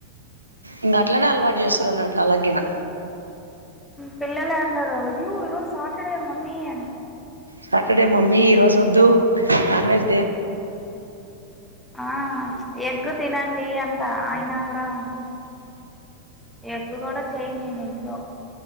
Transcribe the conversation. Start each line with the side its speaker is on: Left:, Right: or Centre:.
Right: ఇంగ అట్లనే అలవాటు చేస్తుర్రన్నట్టు వాళ్లగినా
Centre: పిల్లలే అంటారు అయ్యో ఈరోజు సాటర్డే మమ్మీ అని
Right: సాటర్డే మమ్మీ ఈ రోజు వద్దు నాన్ వెెజ్
Centre: ఆ ఎగ్ తినండి అం ఆయన కుడా హ్మ్ హు ఎగ్ కుడా చేయను నేన్ ఇంట్లో